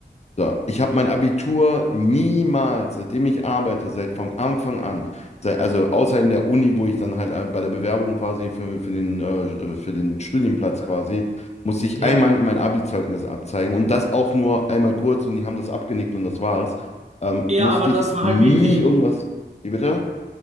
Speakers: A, on the left; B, on the right.
A: So, ich habe mein Abitur niemals, seitdem ich arbeite, seit von Anfang an, seit, also außer in der Uni, wo ich dann halt bei der Bewerbung quasi für, für den, äh, für den Studienplatz quasi, musste ich
B: Ja.
A: einmal mein Abi-Zeugnis abzeigen und das auch nur einmal kurz und die haben das abgenickt und das war's. Ähm,
B: Ja,
A: musste
B: aber das
A: ich
B: war
A: nie
B: halt wichtig.
A: irgendwas. Wie bitte?